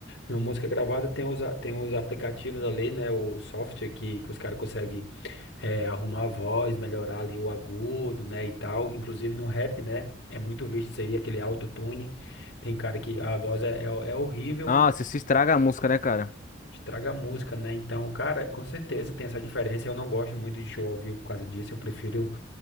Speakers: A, on the left; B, on the left.
A: Na música gravada tem os, a- tem os aplicativos ali, né? O software que, que os caras conseguem eh, arrumar a voz, melhorar ali o agudo, né? E tal. Inclusive no rap, né? É muito visto isso aí, aquele autotune. Tem cara que a voz é, é, é horrível,
B: Nossa, se estraga a música, né, cara?
A: estraga a música, né? Então, cara, com certeza tem essa diferença. Eu não gosto muito de show ao vivo por causa disso. Eu prefiro